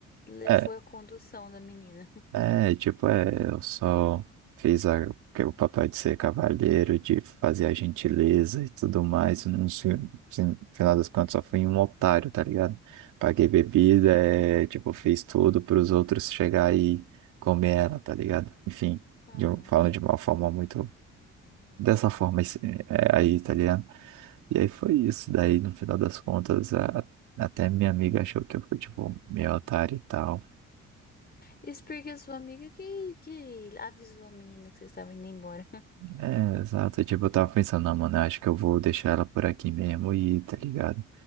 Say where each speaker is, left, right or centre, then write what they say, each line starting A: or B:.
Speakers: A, on the left; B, on the right.
A: le-
B: é,
A: foi a condução da menina.
B: É, tipo, é, eu só fiz a, que- o papel de ser cavalheiro, de fazer a gentileza e tudo mais. No fi- fi- no final das contas, só fui um otário, tá ligado? Paguei bebida, é, tipo, fiz tudo para os outros chegar e comer ela, tá ligado? Enfim,
A: Aham.
B: de um- falando de uma forma muito. Dessa forma esse- é, aí, tá ligado? E aí foi isso. Daí, no final das contas, a- até minha amiga achou que eu fui, tipo, meio otário e tal.
A: Isso porque sua amiga que, que avisou a menina que vocês estavam indo embora. <laughs>
B: É, exato. Tipo, eu tava pensando, não, mano, eu acho que eu vou deixar ela por aqui mesmo e tá ligado?